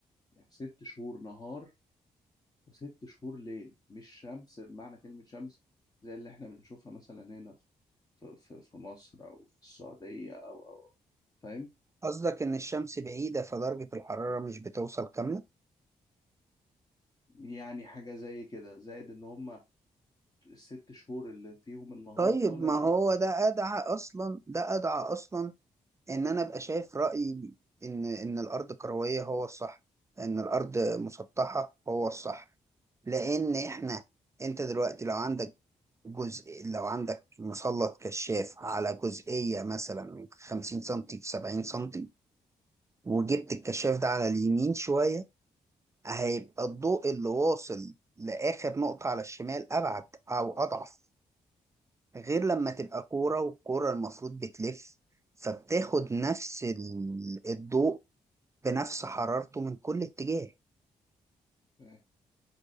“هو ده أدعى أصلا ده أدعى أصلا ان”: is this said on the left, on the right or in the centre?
Right